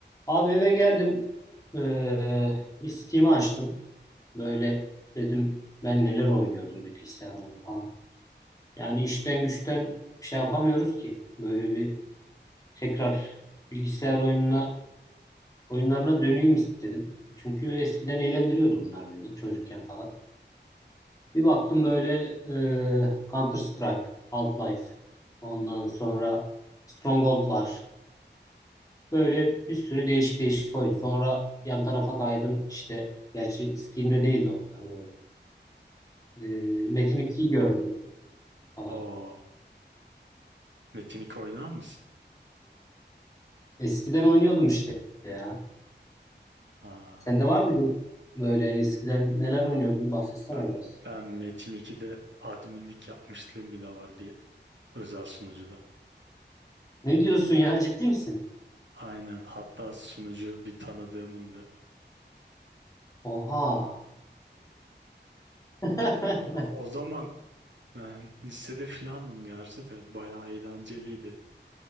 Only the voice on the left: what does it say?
Abi eve geldim. Ee, bir Steam'i açtım. Böyle dedim ben neler oynuyordum bilgisayar oyunu falan. Yani işten güçten şey yapamıyoruz ki. Böyle bir tekrar bilgisayar oyununa oyunlarına döneyim istedim. Çünkü eskiden eğlendiriyordu bunlar beni çocukken falan. Bir baktım böyle e, Counter Strike, Half-Life. Ondan sonra Stronghold var. Böyle bir sürü değişik değişik oyun. Sonra yan tarafa kaydım işte. Gerçi Steam'de değildi o. Ee, e,
Metin
2'yi gördüm falan.
Eskiden oynuyordum işte ya.
Sende var mıydı böyle eskiden neler oynuyordun? Bahsetsene
biraz.
Ne diyorsun ya ciddi misin?
Oha. <laughs>